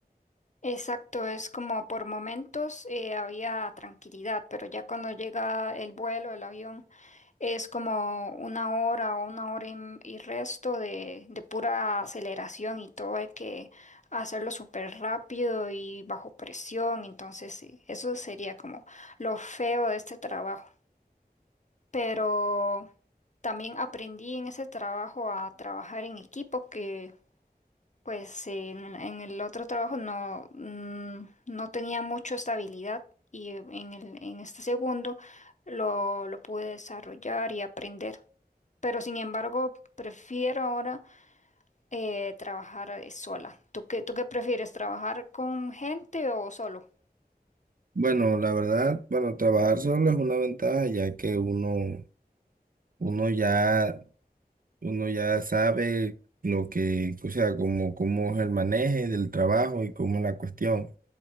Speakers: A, on the left; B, on the right.
A: Exacto, es como por momentos eh, había tranquilidad, pero ya cuando llega el vuelo, el avión, es como una hora o una hora y, y resto de, de pura aceleración y todo hay que hacerlo súper rápido y bajo presión, entonces sí, eso sería como lo feo de este trabajo. pero también aprendí en ese trabajo a trabajar en equipo que pues en, en el otro trabajo no, mm, no tenía mucho estabilidad y en el, en este segundo lo, lo pude desarrollar y aprender. Pero sin embargo, prefiero ahora eh, trabajar eh, sola. ¿Tú qué, tú qué prefieres, trabajar con gente o solo?
B: Bueno, la verdad, bueno, trabajar solo es una ventaja ya que uno, uno ya uno ya sabe lo que, o sea, cómo, cómo es el manejo del trabajo y cómo es la cuestión.